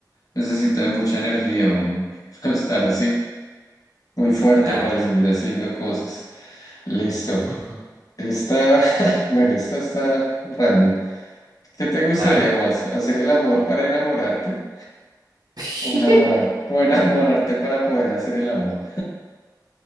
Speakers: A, on the left (about 55°); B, on the right (about 60°).
A: necesita de mucha energía, mm, <laughs> estar así, muy fuerte
B: Claro.
A: para seguir haciendo cosas. Listo.
B: <laughs>
A: Esta, <laughs> bueno, esta está random. ¿Qué te gustaría
B: A ver.
A: más? ¿Hacer el amor para enamorarte?
B: <laughs>
A: O enamorar, o enamorarte para poder hacer el amor.